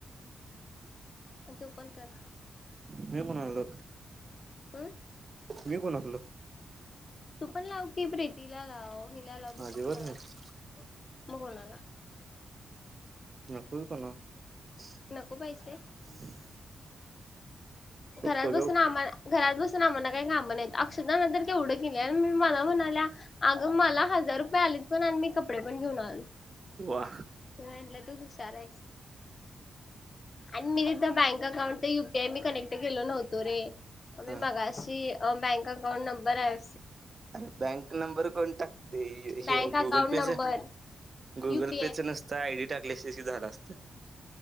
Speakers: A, on the left; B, on the right.
A: पण तू पण कर.
B: मी म्हणालो
A: कोण
B: मी <unintelligible>
A: तू पण लाव की फ्री तिलालाव तिला लाव भक्तीला
B: अजिबात नाही
A: लाव मग कोणाला
B: <unintelligible>
A: नको पैसे
B: तो
A: घरात
B: बघाव
A: बसून आम्हाला घरात बसून आम्हाला काही काम नाही अक्षदा तर तेवढं केेले आणि मी मला म्हणाल्या अगं मला हजार रुपये आलेत पण आणि मी कपडे पण घेऊन आलो
B: वा
A: मी म्हटलं तू हुशार आहेस. आणि मी तिथं बँक अकाउंट ते युपीआय नि कनेक्ट केलो नव्हतो रे.
B: हा
A: अम मगाशी अ बँक अकाउंट नंबर आहे
B: अरे बँक नंबर कोण टाकते हे
A: बँक
B: गुगल
A: अकाउंट
B: पेच
A: नंबर
B: गुगल
A: युपीआय
B: पेच नसतं आयडी टाकले शी कि झाल असत.